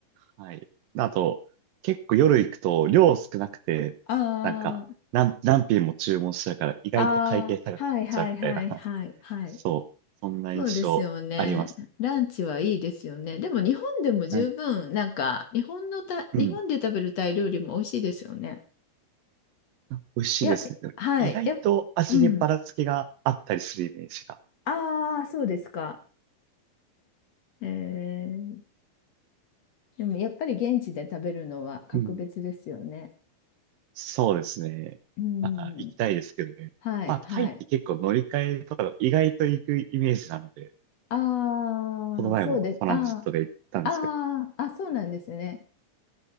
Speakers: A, on the right; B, on the left.
A: はい。あと、結構夜行くと量少なくて、
B: ああ、
A: なんか、何、何品も注文しちゃうから、意外と会計高くなっちゃうみたいな。
B: ああ、はいはいはいはいはい。
A: <laughs> そう。そんな印象あります。
B: そうですよね。ランチはいいですよね。でも日本でも十分、
A: はい
B: なんか、日本のた、
A: うん。
B: 日本で食べるタイ料理も美味しいですよね。
A: あ美味しいですね。
B: いや、
A: でも意外と味にばらつきがあったりするイメージが。
B: はい。やっ、うん。ああ、そうですか。えー、でもやっぱり現地で食べるのは格別ですよね。
A: うん。そうですね。
B: うん。
A: また行きたいですけどね。
B: はいはい。
A: まあ、タイって結構乗り換えとか意外と行くイメージなんで、
B: ああ、
A: この前もトランジットで行ったんですけど、
B: そうです。ああ、ああ、あ、そうなんですね。